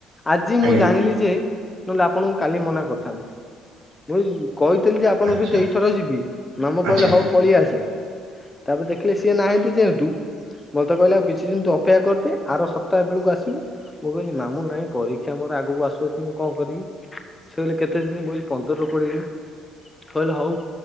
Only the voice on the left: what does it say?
ଆଜି
ମୁଁ ଜାଣିଲି ଯେ ନହେଲେ ଆପଣଙ୍କୁ କାଲି ମନା କରିଥାନ୍ତି ମୁ କହିଥିଲି ଯେ ଆପଣଙ୍କ
ସହିତ ଏଇଥର ଯିବି ମାମୁଁ
କହିଲେ ହଉ ପଳେଇ ଆସେ। ତାପରେ ଦେଖିଲେ ସିଏ ନାହାଁନ୍ତି ଯେହେତୁ ମୋତେ କହିଲେ ଆଉ କିଛି ଦିନ ତୁ ଅପେକ୍ଷା କରିଦେ ଆର ସପ୍ତାହ ବେଳକୁ ଆସିବୁ ମୁଁ କହିଲି ମାମୁଁ ନାହିଁ ପରୀକ୍ଷା ମୋର ଆଗକୁ ଆସୁଅଛି ମୁଁ କଣ କରିବି ସେ କହିଲେ କେତେ ଦିନ ମୁ କହିଲି ପନ୍ଦରରୁ କୋଡିଏ ଦିନ। କହିଲେ ହଉ